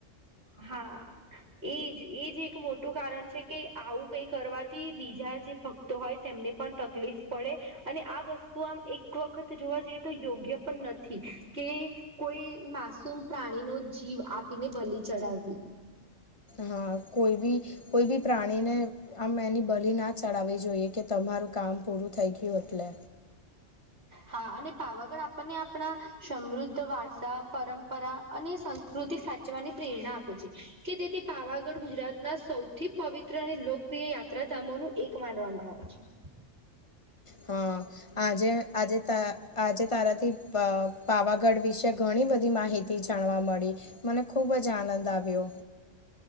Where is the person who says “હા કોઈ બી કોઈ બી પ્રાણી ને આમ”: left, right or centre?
Left